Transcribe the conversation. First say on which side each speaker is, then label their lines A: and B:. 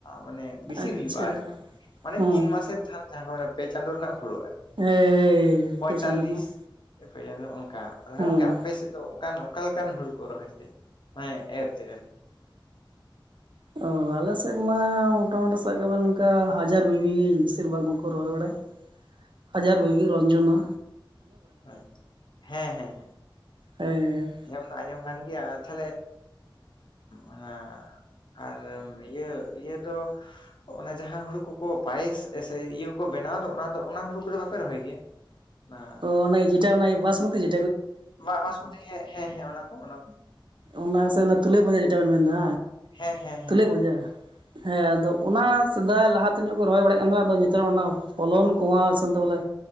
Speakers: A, on the left; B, on the right.
A: ᱢᱟᱱᱮ ᱵᱮᱥᱤ
B: ᱟᱪᱪᱷᱟ
A: ᱦᱩᱭᱩᱜᱼᱟ ᱟᱨᱠᱤ ᱢᱟᱱᱮ
B: ᱦᱮᱸ
A: ᱛᱤᱱ ᱢᱟᱥᱮᱨ ᱡᱟᱦᱟᱸ ᱡᱟᱦᱟᱸ ᱠᱚ ᱢᱮ ᱯᱮ ᱪᱟᱸᱫᱳ ᱨᱮᱱᱟᱜ ᱦᱳᱲᱳ ᱟᱨᱠᱤ
B: ᱦᱮᱭ
A: ᱯᱚᱭᱭᱛᱟᱞᱞᱤᱥ
B: ᱯᱮ ᱪᱟᱸᱫᱳ ᱨᱮᱱᱟᱜ
A: ᱯᱮ ᱪᱟᱸᱫᱚ ᱱᱚᱝᱠᱟ
B: ᱦᱮᱸ
A: ᱜᱚᱝᱠᱮ ᱟᱯᱮ ᱥᱮᱫ ᱫᱚ ᱚᱱᱠᱟᱱ ᱚᱠᱟ ᱞᱮᱠᱟᱱ ᱦᱩᱲᱩ ᱠᱚ ᱨᱚᱦᱚᱭ ᱛᱮ ᱦᱮᱸ ᱮᱨᱛᱮ ᱟᱨᱠᱤ
B: ᱚ ᱟᱞᱮ ᱥᱮᱫ ᱢᱟ ᱢᱚᱴᱟᱢᱩᱴᱤ ᱥᱟᱵ ᱠᱟᱜ ᱢᱮ ᱚᱱᱠᱟ ᱦᱟᱡᱟᱨ ᱵᱤᱵᱤ ᱵᱤᱥᱤᱨ ᱵᱷᱟᱜᱽ ᱵᱟᱠᱚ ᱨᱚᱦᱚᱭ ᱵᱟᱲᱟᱭᱟ ᱦᱟᱡᱟᱨ ᱵᱤᱵᱤ ᱨᱚᱱᱡᱚᱱᱟ
A: ᱦ ᱦᱮᱸ ᱦᱮᱸ ᱦᱮᱸ
B: ᱦᱮᱸ
A: ᱟᱸᱡᱚᱢ ᱫᱚ ᱟᱸᱡᱚᱢ ᱠᱟᱱ ᱜᱮᱭᱟ ᱟᱨ ᱛᱟᱦᱚᱞᱮ ᱚᱱᱟ ᱟᱨ ᱤᱭᱟᱹ ᱤᱭᱟᱹ ᱫᱚ ᱚᱱᱮ ᱡᱟᱦᱟᱸ ᱦᱩᱲᱩ ᱠᱚᱠᱚ ᱯᱟᱭᱮᱥ ᱤᱭᱟᱹ ᱠᱚᱠᱚ ᱵᱮ ᱵᱮᱱᱟᱣ ᱚᱱᱟ ᱫᱚ ᱚᱱᱟ ᱦᱩᱲᱩ ᱠᱚᱫᱚ ᱵᱟᱯᱮ ᱨᱚᱦᱚᱭ ᱜᱮᱭᱟ ᱚᱱᱟ
B: ᱚ ᱡᱮᱴᱟ ᱵᱟᱥ ᱢᱩᱛᱤ ᱡᱤ
A: ᱵᱟ ᱵᱟᱥᱢᱚᱛᱤᱡᱤ ᱦᱮᱸ ᱦᱮᱸ ᱚᱱᱟ ᱠᱚ ᱚᱱᱟ ᱠᱚ
B: ᱚᱱᱟ ᱥᱮ ᱚᱱᱟ ᱛᱩᱞᱟᱹᱭ ᱯᱧᱡᱟ ᱡᱮᱴᱟ ᱵᱮᱱ ᱢᱮᱱᱫᱟ
A: ᱦᱮᱸ ᱦᱮᱸ ᱦᱮᱸ
B: ᱛᱩᱞᱟᱹ ᱯᱟᱸᱡᱟ ᱦᱮᱸ ᱟᱫᱚ ᱚᱱᱟ ᱥᱮᱫᱟᱭ ᱞᱟᱦᱟᱛᱮ ᱧᱚᱜ ᱠᱚ ᱨᱚᱦᱚᱭ ᱵᱟᱲᱟᱭ ᱠᱟᱱ ᱛᱟᱦᱮᱱᱟ ᱟᱫᱚ ᱱᱮᱛᱟᱨ ᱚᱱᱟ ᱯᱷᱚᱞᱚᱱ ᱠᱚᱢᱟᱣ ᱥᱮᱚᱱᱛᱮ ᱵᱚᱞᱮ